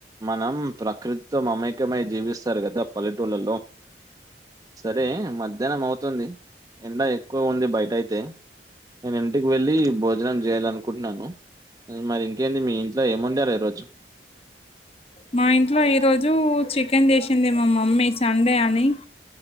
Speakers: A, on the right; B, on the left.
A: మనం ప్రకృతితో మామేకమై జీవిస్తారు కదా పల్లెటూళ్ళలో సరే మధ్యాహ్నం అవుతుంది ఎండ ఎక్కువ ఉంది బయటయితే నేను ఇంటికి వెళ్ళి భోజనం చేయ్యాలనుకుంటున్నాను మరి ఇంకేంది మీ ఇంట్లో ఏముండారు ఈరోజు
B: మా ఇంట్లో ఈరోజు చికెన్ చెసింది మా మమ్మీ సండే అని